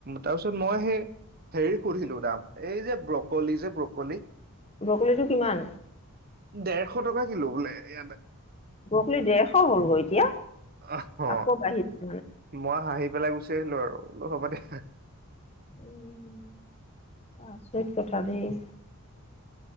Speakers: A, on the right; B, on the left.
A: তাৰ পিছত মই হেই হেৰি সুধিলো দাম এই যে ব্ৰকলি যে ব্ৰকলি।
B: বকলিটো কিমান?
A: দেৰশ টকা কিলো বোলে ইয়াতে।
B: বৰকলি ডৰশ হ'ল গৈ এতিয়া,
A: অ',
B: আকৌ বাঢ়ি
A: মই হাঁহি পেলাই গুচি আহিলো আৰু বোলো হ'ব দেহ।
B: উম, আচৰিত কথা দেই।